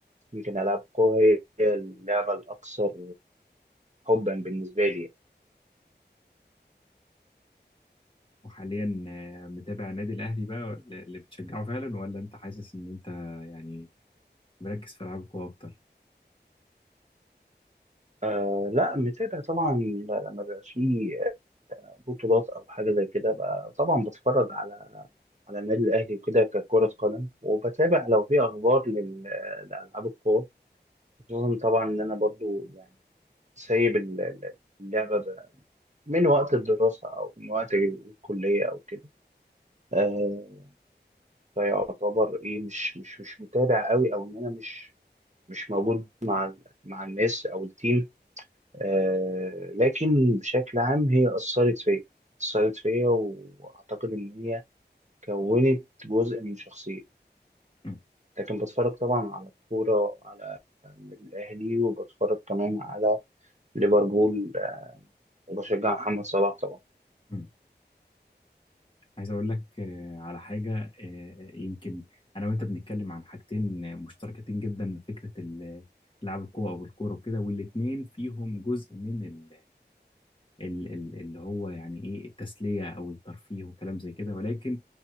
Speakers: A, on the right (about 40°); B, on the left (about 30°).
A: يمكن ألعاب القوة هي اللعبة الأكثر حبا بالنسبة لي
B: وحاليا آه، متابع النادي الأهلي بقى اللي بتشجعه فعلا ولا أنت حاسس إن أنت يعني مركز في ألعاب القوى أكتر؟
A: آه لا متابع طبعا ل- لما بيبقى في بطولات أو حاجة زي كده بقى طبعا بتفرج على على النادي الأهلي وكده ككرة قدم وبتابع لو في أخبار لل- لألعاب القوة خصوصا طبعا إن أنا برضو يعني سايب ال- ال- اللعبة ب- من وقت الدراسة أو من وقت الكلية أو كده آه، فيعتبر ايه مش مش مش متابع قوي او ان انا مش مش موجود مع الناس او التيم آه لكن بشكل عام هي اثرت فيا اثرت فيا واعتقد ان هي كونت جزء من شخصيتي
B: م-
A: لكن بتفرج طبعا على الكوره على الاهلي وبتفرج كمان على ليفربول وبشجع محمد صلاح طبعا
B: م. عايز أقول لك آه، على حاجة آه، يمكن أنا وأنت بنتكلم عن حاجتين مشتركتين جدا فكرة ال- ألعاب القوى أو الكورة وكده والاتنين فيهم جزء من ال- ال- ال- اللي هو يعني إيه التسلية أو الترفيه وكلام زي كده ولكن